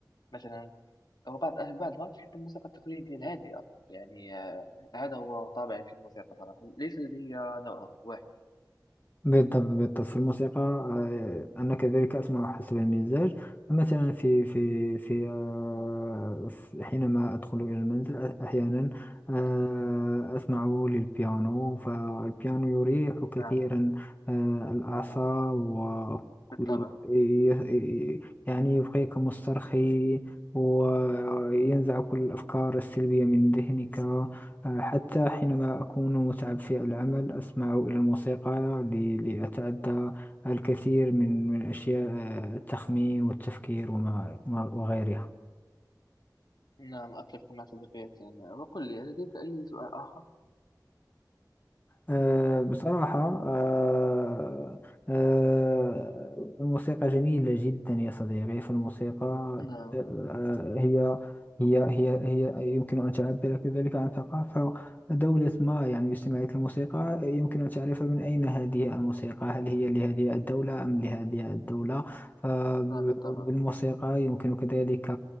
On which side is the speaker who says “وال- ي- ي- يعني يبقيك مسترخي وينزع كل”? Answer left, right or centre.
Left